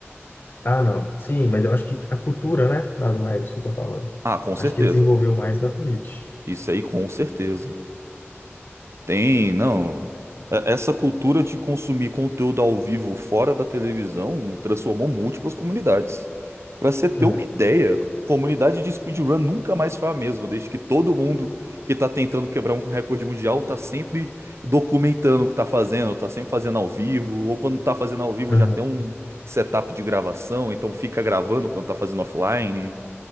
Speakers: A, on the left; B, on the right.
A: Ah, não. Sim, mas eu acho que a cultura, né, das lives que eu tô falando,
B: Ah, com
A: acho
B: certeza.
A: que desenvolveu mais na Twitch.
B: Isso aí, com certeza. Tem, não. É- Essa cultura de consumir conteúdo ao vivo fora da televisão transformou múltiplas comunidades. Pra você ter
A: É.
B: uma ideia, comunidade de speedrun nunca mais foi a mesma, desde que todo mundo que tá tentando quebrar um recorde mundial tá sempre documentando o que tá fazendo, tá sempre fazendo ao vivo, ou quando tá fazendo ao vivo
A: Aham,
B: já tem um setup de gravação, então fica gravando quando tá fazendo offline.